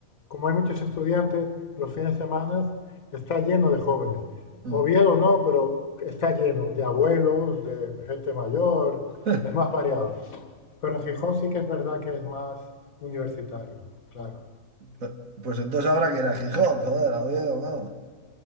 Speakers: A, on the left; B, on the right.
A: como hay muchos estudiantes, los fines de semana está lleno de jóvenes.
B: Mm.
A: Oviedo no, pero está lleno de abuelos, de gente mayor,
B: <laughs>
A: es más variado. Pero en Gijón sí que es verdad que es más universitario, claro.
B: Pues pues entonces habrá que ir a Gijón, joder, a Oviedo, no.